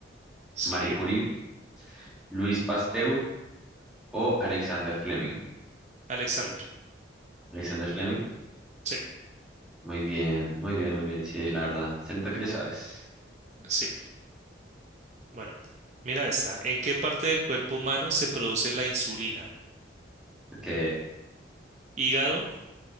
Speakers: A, on the right; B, in the centre.
A: Sí,
B: Marie Curie, Luis Pasteur o Alexander Fleming.
A: Alexander.
B: Alexander Fleming,
A: Sí,
B: muy bien, muy bien, muy bien, sí, la verdad. Se nota que le sabes.
A: sí. Bueno, mira esta. ¿En qué parte del cuerpo humano se produce la insulina?
B: Ok,
A: ¿Hígado,